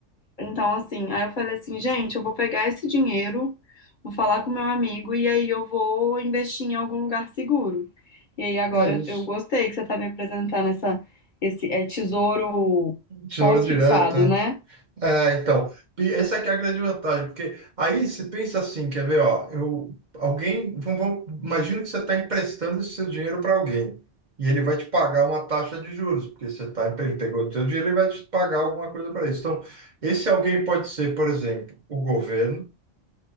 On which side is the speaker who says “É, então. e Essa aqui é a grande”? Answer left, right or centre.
Right